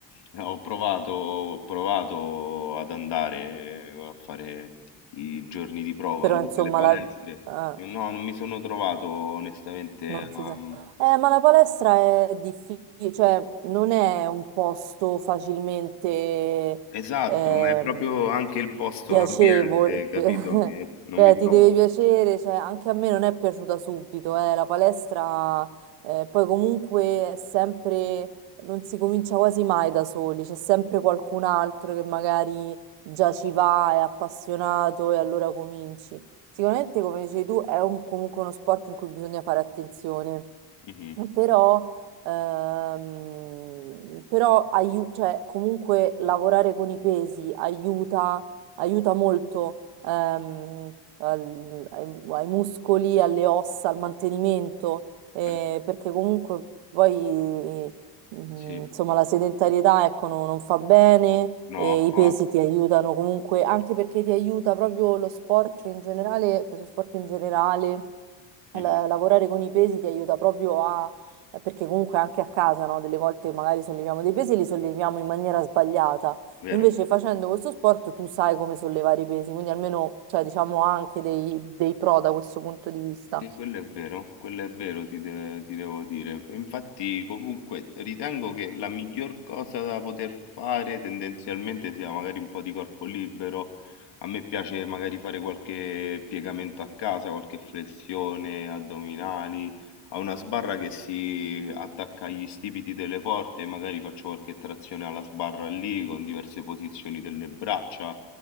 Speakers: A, on the left (about 60°); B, on the right (about 75°).
A: eh, ho provato, ho provato ad andare a fare i giorni di prova
B: però
A: lì
B: insomma
A: nelle palestre.
B: la,
A: No,
B: eh,
A: non mi sono trovato onestamente.
B: non
A: a-
B: si sa. Eh, ma la palestra è difficile, cioè non è un posto facilmente
A: Esatto,
B: ehm,
A: ma è proprio anche il posto,
B: piacevole,
A: l'ambiente, capito?
B: <laughs>
A: Che non
B: cioè
A: mi trovo.
B: ti deve piacere, cioè, anche a me non è piaciuta subito, eh, la palestra, eh, poi comunque è sempre, non si comincia quasi mai da soli, c'è sempre qualcun altro che magari già ci va, è appassionato e allora cominci. Sicuramente, come dicevi tu, è un- comunque uno sport in cui bisogna fare attenzione
A: Mhm.
B: però, ehm, però aiu- cioè, comunque lavorare con i pesi aiuta, aiuta molto ehm, al- ai, ai muscoli, alle ossa, al mantenimento, eh,
A: Eh,
B: perché comunque poi Mm,
A: sì, sì.
B: Insomma, la sedentarietà, ecco, no- non fa bene
A: no,
B: e
A: affatto.
B: i pesi ti aiutano comunque, anche perché ti aiuta proprio lo sport in generale, questo sport in generale, la-
A: Mhm.
B: lavorare con i pesi ti aiuta proprio a, perché comunque anche a casa, no? Delle volte magari solleviamo dei pesi e li solleviamo in maniera sbagliata.
A: Vero.
B: Invece facendo questo sport tu sai come sollevare i pesi, quindi almeno, cioè, diciamo, ha anche dei, dei pro da questo punto di vista.
A: Sì, quello è vero, quello è vero, ti, de- ti devo dire. Infatti, comunque, ritengo che la miglior cosa da poter fare tendenzialmente sia magari un po' di corpo libero. A me piace magari fare qualche piegamento a casa, qualche flessione, addominali. Ho una sbarra che si attacca agli stipiti delle porte, magari faccio qualche trazione alla sbarra lì con diverse posizioni delle braccia.